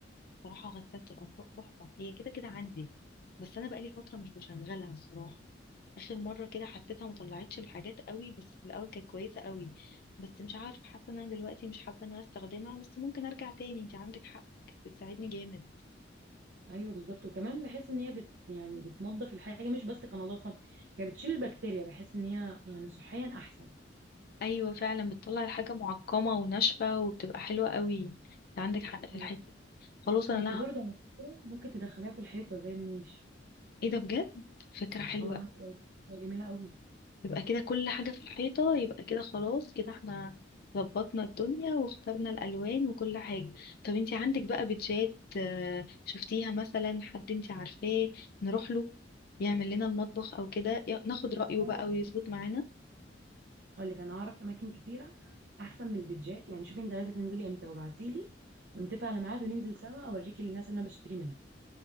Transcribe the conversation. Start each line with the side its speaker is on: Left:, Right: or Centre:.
Left: صراحة غسالة الأطباق تحفة هي كده كده عندي بس أنا بقالي فترة مش بشغلها الصراحة آخر مرة كده حسيتها مطلعتش الحاجات قوي بس في الأول كانت كويسة قوي بس مش عارف حاسة إن أنا دلوقتي مش حابة إن أنا أستخدمها بس ممكن أرجع تاني أنت عندك حق كانت بتساعدني جامد
Right: ايوه بالظبط وكمان بحس ان هي بت يعني بتنظف الحاجه مش بس كنظافه هي بتشيل البكتيريا بحس ان هي يعني صحيا احسن
Left: أيوة فعلا بتطلع الحاجة معقمة وناشفة وبتبقى حلوة قوي أنت عندك حق في
Right: ايوه
Left: الحتة دي. خلاص أنا
Right: انتي
Left: لها
Right: برضه على فكرة ممكن تدخليها في الحيطة زي النيش
Left: إيه ده بجد فكرة حلوة
Right: اه هتبقى هتبقى جميلة قوي
Left: يبقى كده كل حاجة في الحيطة يبقى كده خلاص كده احنا ظبطنا الدنيا واخترنا الألوان وكل حاجة طب انتي عندك بقى بيتجات آه، شفتيها مثلا حد انتي عارفاه نروح له يعمل لنا المطبخ او كده يا- ناخد
Right: انا
Left: رأيه
Right: أعرف-
Left: بقى ويظبط معانا
Right: اقول لك انا اعرف اماكن كتيرة احسن من البيتجات يعني شوفي انت عايزة تنزلي امتى وابعتيلي ونتفق على ميعاد وننزل سوا اوريكي الناس اللي انا بشتري منها